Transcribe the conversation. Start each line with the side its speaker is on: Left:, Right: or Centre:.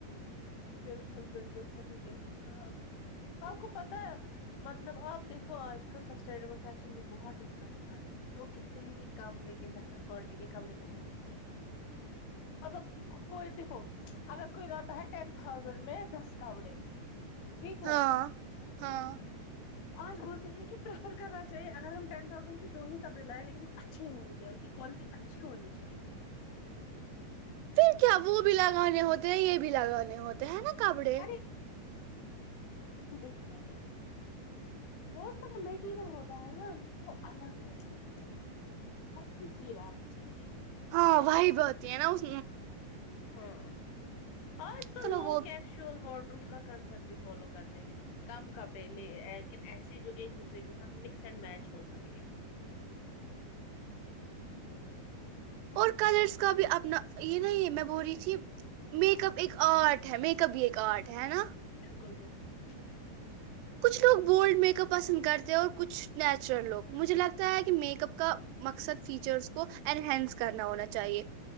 Left: بالکل بالکل صحیح کہتی ہے آپ آپ کو پتہ ہے مطلب آپ دیکھو آج کل سسٹینیبل فیشن بھی بہت ڈسکس ہو رہا ہے لوگ کہتے ہیں کہ کم لیکن بہتر کوالٹی کے کپڑے پہننے چاہیے مطلب کوئی دیکھو اگر کوئی رہتا ہے ٹین تھاؤزینڈ میں دس کپڑے ٹھیک
Right: ہاں
Left: ہے
Right: ہاں
Left: آج بولتے ہیں کہ پرفر کرنا چاہیے اگر ہم ٹین تھاؤزینڈ کی دو ہی کپڑے لائے لیکن وہ اچھے ہونے چاہیے ان کی کوالٹی اچھی ہونی چاہیے
Right: پھر کیا وہ بھی لگانے ہوتے ہیں یہ بھی لگانے ہوتے ہیں نا کپڑے
Left: ارے دیکھو پہلے با رز کا جو میٹیریل ہوتا ہے نا وہ الگ ہوتا ہے ہم کی فیل آنا چاہیے
Right: ہاں
Left: آپ
Right: وہی
Left: کو تو
Right: بہتی ہے نا اس
Left: ہاں آج
Right: چلو وہ
Left: شول وارڈ روم کا کنسرٹ بھی فالو کرتے ہیں کم کپڑے لے لیکن ایسے جو ایک دوسرے کے ساتھ مکس اینڈ میچ ہو سکے
Right: اور کلرس کا بھی اپنا یہ نا یہ میں بول رہی تھی میکپ ایک آرٹ ہے میک اپ بھی ایک آرٹ ہے ہے نا
Left: بالکل بالکل
Right: کچھ لوگ بولڈ میک اپ پسند کرتے ہیں اور کچھ نیچرل لوگ مجھے لگتا ہے کہ میک اپ کا مقصد فیچرس کو انہنس کرنا ہونا چاہیے